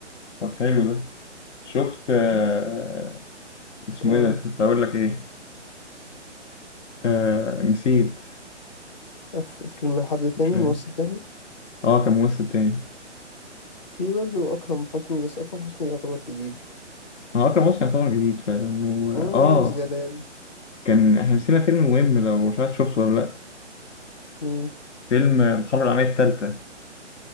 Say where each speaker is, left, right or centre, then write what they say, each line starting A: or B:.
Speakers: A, on the left; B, on the left.
A: طب حلو ده شفت آه،
B: بس
A: اسمه
B: آه
A: ايه ده كنت هقول لك ايه آه، نسيت
B: ف- فيلم حد تاني
A: مش عارف
B: ممثل تاني
A: اه كان ممثل تاني
B: في برضه أكرم حسني بس أكرم حسني يعتبر جديد
A: هو أكرم حسني يعتبر جديد فعلا و...
B: ورامز
A: اه
B: جلال
A: كان احنا نسينا فيلم مهم لو مش عارف شفته ولا لأ
B: مين
A: فيلم الحرب العالمية التالتة